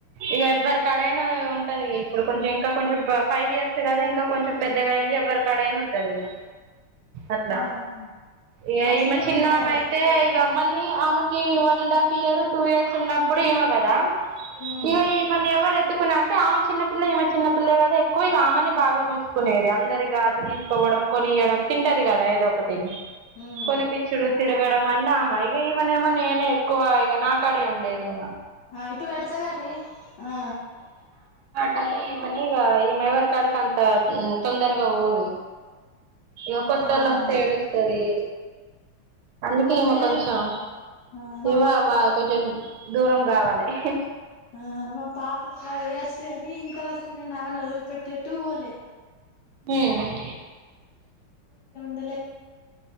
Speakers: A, on the right; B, on the left.
A: ఇగ ఎప్ ఎవ్వర్కడైనా ఉంటది ఇగ ఇప్పుడు కొంచం ఇంకా కొంచం ఫైవ్ ఇయర్స్ కదా ఇంకా కొంచం పెద్దగైంది ఎవ్వరికడైన ఉంటది ఇగ అట్లా
B: ఆహా
A: ఈ
B: అట్లనే
A: ఇమ చిన్నమైతే
B: ఉండాలి
A: ఇగ మళ్ళీ ఆమెకి one and half year two years ఉన్నప్పుడు ఈమెగదా
B: ఉమ్
A: ఇగ ఈమని ఎవరెత్తుకున్నామం <unintelligible> టే ఆమె చిన్నపిల్ల ఈమె చిన్నపిల్ల గదా కొ ఇగ ఆమెనే బాగా జూస్కునేది అందరిగా అటు తీసుకోడం కొనీయడం తింటది గద ఏదో ఒకటి
B: ఉమ్
A: <inaudible> కొని పిచ్చురు తిరగడం అన్నామ ఇగ ఇమనేమో నేనే ఎత్ ఎక్కువ ఇగ నాకాడే ఉండేది ఈమ
B: ఆ ఇటు పెడతా గాని ఆ
A: కనీ ఇగ ఆ మెవర్కడికి అంత తొందర్గ పోదు ఇగ కొత్తోల్లొస్తే
B: ఆహా
A: ఏడుస్తది అందుకీమ
B: మా పిల్లలు
A: కొంచెం
B: ఆ
A: ఈమా
B: పాప
A: మా కొంచెం దూరం గావలె ఇహ్హే
B: ఆ మ పాప ఫైవ్ ఇయర్స గని ఇంతవరక్ నేన్ ఆమెన్ వదిలిపెట్టేటూ వోలే
A: హామ్
B: <inaudible>